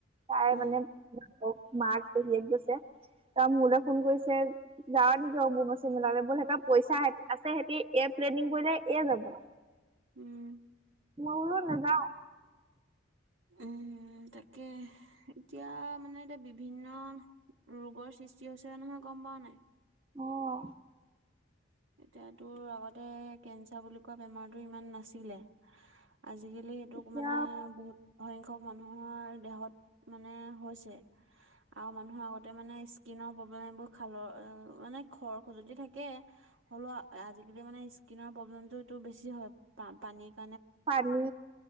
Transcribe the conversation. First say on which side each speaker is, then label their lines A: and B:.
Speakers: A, on the right (about 30°); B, on the right (about 80°).
A: তাই
B: উম,
A: মানে মাক মাক পেহীয়েক গৈছে। তাৰ মোৰলৈ ফোন কৰিছে যাৱা নেকি অম্বুবাচি মেলালে? বল সেহতৰ পইচা আছে সিহতি এই প্লেনিং কৰিলে এ যাব
B: উম।
A: মই বলো নেযাওঁ।
B: উম তাকে। এতিয়া মানে এতিয়া, বিভিন্ন ৰোগৰ সৃষ্টি হৈছে নহয় গম পাৱ নাই?
A: অঁ।
B: এতিয়া তোৰ আগতে কেঞ্চাৰ বুলি কোৱা বেমাৰতো ইমান নাছিলে, আজিকালি তোক
A: এতিয়া
B: মানে বহুত সংখ্যক মানুহৰ দেহত মানে হৈছে। আৰু মানুহৰ আগতে মানে স্কিনৰ প্ৰব্লেম এইবোৰ খালৰ এ মানে খৰ খুজতি থাকে। হ'লও আজিকালি মানে স্কিনৰ প্ৰব্লেমটো এইটো বেছি হয় পা -পানীত।
A: পানী